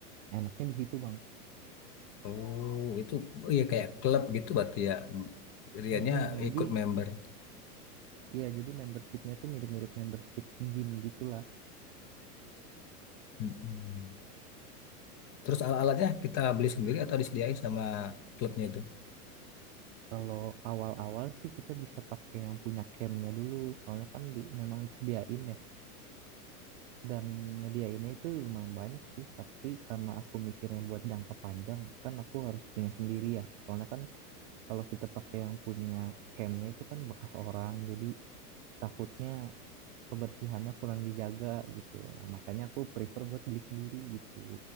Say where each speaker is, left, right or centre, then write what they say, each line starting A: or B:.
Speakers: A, on the right; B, on the left.
A: enaknya di situ bang
B: Oh, itu oh iya kayak klub gitu berarti ya. Hmm. Riannya
A: Mm-mm, jadi
B: ikut member.
A: ya jadi membershipnya tuh mirip-mirip membership gym gitulah
B: Mm-mm. Terus alat-alatnya kita beli sendiri atau disediain sama klubnya itu?
A: kalau awal-awal sih kita bisa pakai yang punya campnya dulu soalnya kan di, memang disediain dan nyediainnya itu lumayan banyak sih tapi karena aku mikirnya buat jangka panjang kan aku harus punya sendiri ya soalnya kan kalau kita pakai yang punya campnya itu kan bekas orang jadi takutnya kebersihannya kurang dijaga gitu Nah, makanya aku prefer buat beli sendiri gitu